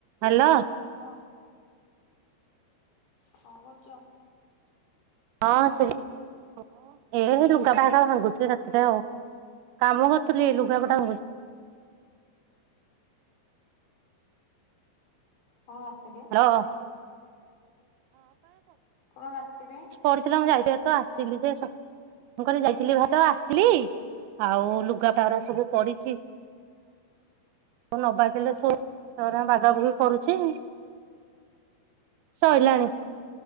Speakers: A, on the right; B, on the left.
A: Hello.
B: Hello କଣ କରୁଚ?
A: ହଁ ଶୁଭୁ ଏ
B: ହୁଁ
A: ଲୁଗା ଟା ହେଟା ଭାଙ୍ଗୁଥିଲି ଏକାଥରେ ଆଉ। କାମ କରୁଥିଲି ଲୁଗାପଟା ଭା
B: କଣ ରାତିରେ
A: ହ୍ୟାଲୋ
B: କଣ ରାତିରେ?
A: ପଡ଼ିଥିଲା ମୁଁ <unintelligible> ଆସିଲି ଯେ <unintelligible> ମୁଁ କହିଲି ଯାଇଥିଲି ଭେରି ତ ଆସିଲି ଆଉ ଲୁଗା <unintelligible> ସବୁ ପଡ଼ିଛି ମୁଁ ନବାରେ ଥିଲେ ସୋ ସେରା ବାଗାବୁଗି କରୁଛି। ସଇଲାଣି